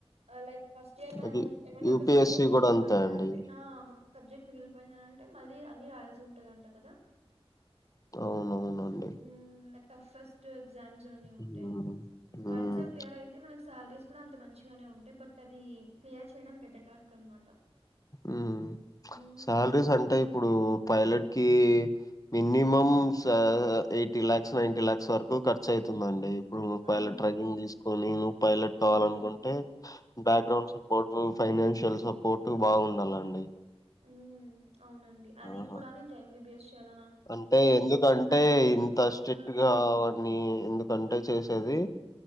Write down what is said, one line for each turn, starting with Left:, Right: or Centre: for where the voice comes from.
Right: ఆ లైక్ ఫస్ట్ ఇయర్ మనము
Left: అది
Right: ఏమన్నా
Left: యూపిఎస్సి
Right: ఒక సబ్జెక్ట్ మిగిలిపోయిందనంటే
Left: కూడా అంతే అండి
Right: ఆ ఒక సబ్జెక్ట్ మిగిలిపోయిందనంటే మళ్ళీ అన్నీ రాయాల్సి ఉన్ ట్ట దంట కద
Left: అవునవునండి
Right: ఊమ్ టఫస్ట్ ఎగ్జామ్స్ అని ఉంటాయి
Left: ఉమ్,
Right: వన్స్
Left: ఉమ్,
Right: ఆ క్లియర్ అయితే మనకి సాలరీస్ కుడా అంత మంచిగానే ఉంటాయి బట్ అదీ క్లియర్ చేయడం పెద్ద టాస్క్ అనమాట
Left: ఊ
Right: హ్మ్.
Left: శాలరీస్ అంటే ఇ ఇప్పుడూ పైలట్ కీ మినిమం సా ఎయిటీ లాక్స్ నైన్టీ లాక్స్ వరకు ఖర్చు అయితుందండి నువ్వూ పైలట్
Right: అవునవును.
Left: ట్రైకింగ్ తీసుకొని నువ్వు పైలట్
Right: హ్మ్.
Left: కావాలనుకుంటే background support financial support to బాగుండాలండి
Right: ఊ అవునండి అది
Left: ఆహా!
Right: కూడా నే ఇంకా ఎంబీబిఎస్ చెయాల
Left: అంటే ఎందుకంటే
Right: ఫినాన్షియల్‌గా
Left: ఇంత స్ట్రిక్ట్ గా అవన్నీ ఎందుకంటే చేసేది